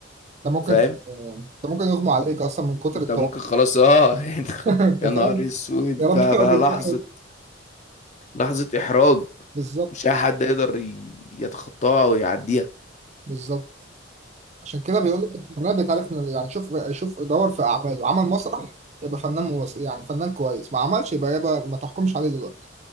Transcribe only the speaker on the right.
ده ممكن
آه، ده ممكن يغمى عليك اصلا من كتر
الطاقه
<laughs> انت
فاهم
يا رب
ما
كنتش
عارف.
بالظبط
بالظبط عشان كده بيقول لك الفنان بيتعرف من يعني شوف شوف دور في اعماله عمل مسرح يبقى فنان موس... يعني فنان كويس ما عملش يبقى يبقى ما تحكمش عليه دلوقتي